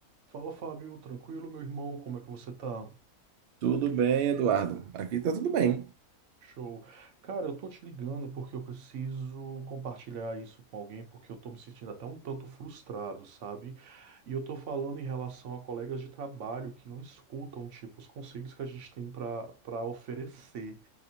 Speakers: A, on the right (about 60°); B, on the right (about 75°).
A: Fala, Fábio, tranquilo, meu irmão? Como é que você tá?
B: Tudo bem, Eduardo? Aqui tá tudo bem.
A: Show. Cara, eu tô te ligando porque eu preciso compartilhar isso com alguém, porque eu tô me sentindo até um tanto frustrado, sabe? E eu tô falando em relação a colegas de trabalho que não escutam, tipo, os conselhos que a gente tem pra para oferecer.